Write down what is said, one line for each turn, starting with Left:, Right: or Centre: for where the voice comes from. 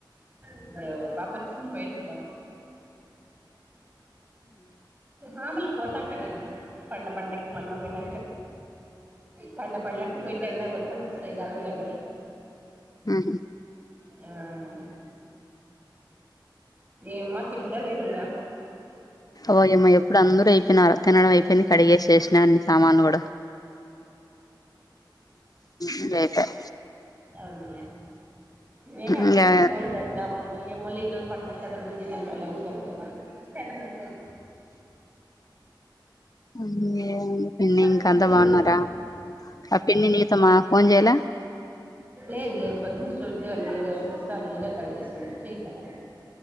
Right: ఇప్పుడు పాపొచ్చింది పోయి మాముల్గా పొత్తంటడేమో పండ పండక్కి మొన్న విన పండ పండక్కి పోయి టెంకై కొట్టుకోవస్తాయిగ అరుగు దగ్గర
Left: హు హ్మ్మ్
Right: ఆహ్ ఎమ్మా తింటరలేద్ ఇంగా
Left: వ్వోయమ్మ ఎప్పుడు అందరూ అయిపోయినారు తినడం అయిపోయింది కడిగేశెశినా అన్ని సామాన్లు గూడా ఇంగ అయిపాయ్
Right: అవున్లే నేనే అనుకుంటే
Left: ఇంగా
Right: ఫోన్ చేద్దామని ఏమోలే ఇగమళ్ళీ పండా బిజ గుంటారని గమ్మునైపోయిన
Left: అవును ఏం ఉంది పిన్ని ఇంకంత
Right: మెసేజ్
Left: అంత బాగున్నారా ఆ పిన్ని నీతోమా ఫోన్ చేయాల
Right: లేదు లేదు పొద్దున శృతి వాళ్ళు వీడియో ఎక్స్ట్రా కాల్ చేస్తుండు చేయట్లే